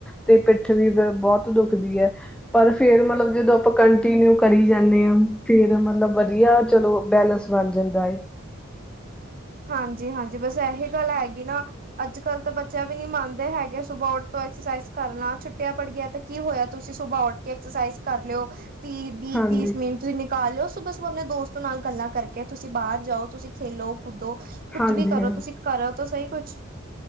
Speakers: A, in the centre; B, on the right (about 45°).
A: ਤੇ ਪਿੱਠ ਵੀ ਬਹੁਤ ਦੁੱਖਦੀ ਹੈ ਪਰ ਫੇਰ ਮਤਲਬ ਜਦੋਂ ਆਪਾਂ ਕੰਟੀਨਿਊ ਕਰੀ ਜਾਂਦੇ ਹਾਂ ਫੇਰ ਮਤਲਬ ਵਧੀਆ । ਚਲੋ ਬੈਲਸ ਬਣ ਜਾਂਦਾ ਏ।
B: ਹਾਂ ਜੀ ਹਾਂ ਜੀ ਬਸ ਇਹੀ ਗੱਲ ਹੈਗੀ ਨਾ । ਅੱਜ ਕੱਲ੍ਹ ਤਾਂ ਬੱਚਾ ਵੀ ਨੀ ਮੰਨਦੇ ਹੈਗੇ ਸੁਬਹ ਉੱਠ ਤੋਂ ਐਕਸਰਸਾਈਜ਼ ਕਰਨਾ । ਛੁੱਟੀਆਂ ਪੜ ਗਈਆ ਤੇ ਕੀ ਹੋਇਆ ਤੁਸੀਂ ਸੁਬਹ ਉੱਠ ਕੇ ਐਕਸਰਸਾਈਜ਼ ਕਰ ਲਿਓ । ਤੀਹ ਵੀਹ
A: ਹਾਂਜੀ
B: ਤੀਸ ਮੀਨ ਤੁਸੀਂ ਨਿਕਾਲ ਲਿਓ ਸੁਬ । ਆਪਣੇ ਦੋਸਤ ਨਾਲ ਗੱਲਾਂ ਕਰਕੇ ਤੁਸੀਂ ਬਾਹਰ ਜਾਓ ਤੁਸੀਂ ਖੇਲੋ। ਕੁੱਦੋ ਕੁੱਝ
A: ਹਾਂਜੀ
B: ਵੀ ਕਰੋ
A: ਹਾਂ
B: । ਤੁਸੀਂ ਕਰੋ ਤਾਂ ਸਹੀ ਕੁਝ। ਅੱਛ ।